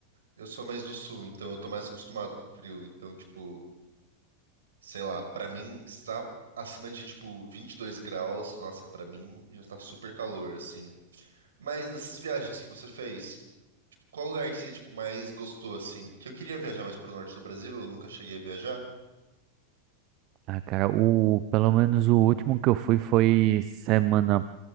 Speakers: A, on the right; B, on the right.
A: Eu sou mais do sul, então eu tô mais acostumado com frio, então tipo sei lá, pra mim está acima de tipo 22 graus. Nossa, pra mim já tá super calor assim. Mas dessas viagens que você fez, qual lugar que você tipo mais gostou assim? Que eu queria viajar mais pro norte do Brasil, eu nunca cheguei a viajar.
B: Ah, cara, o pelo menos o último que eu fui foi semana